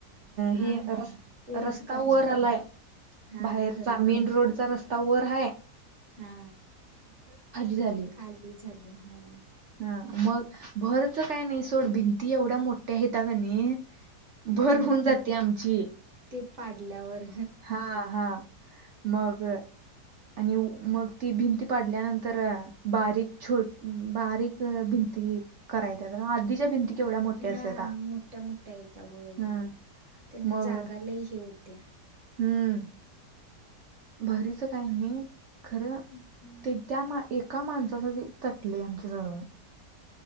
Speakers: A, on the right; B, on the right.
A: हे
B: हा हा
A: र
B: उंच
A: रस्ता
B: करणार
A: वर आलाय
B: हा
A: बाहेरचा
B: घर
A: मेन रोडचा रस्ता तवर है
B: हा
A: झालय
B: खाली झाली हा
A: हा मग भरच काय नाही सोड भिंती एवढ्या मोठ्या आहेत गणी भर
B: हा
A: होऊन जाते आमची
B: ते पाडल्यावर
A: हा हा मगर आणि मग ती भिंती पाडल्यानंतर बारीक छोट बारीक भिंती कराय आधीच्या भिंती केवढ्या मोठ्या
B: हा
A: असतात
B: मोठ्या मोठ्या येत होय
A: हा
B: त्याने
A: मग
B: जागालाही हे होत्या
A: हम्म भारीचं काय नाही खरं
B: हम्म
A: ते त्या मा एका माणसासाठी तटले आमचं ज